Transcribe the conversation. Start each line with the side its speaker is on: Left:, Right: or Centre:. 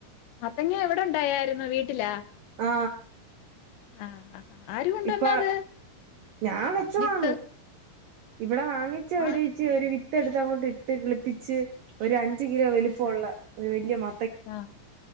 Left: മത്തങ്ങ എവിടെ ഒണ്ടായായിരുന്നു വീട്ടിലാ
Right: ആ
Left: ആ ആ ആരു കൊണ്ട്
Right: ഇപ്പൊ
Left: വന്നാ അത്
Right: ഞാൻ വെച്ചതാന്ന്
Left: വിത്ത്
Right: ഇവിടെ വാങ്ങിച്ച
Left: ആ
Right: ഒരുച്ചി ഒരു വി ത്ത് എടുത്തങ്ങോട്ട് ഇട്ട് കിളിപ്പിച്ച് ഒരു അഞ്ചു കിലോ വലുപ്പള്ള ഒരു വലിയ മ
Left: ആ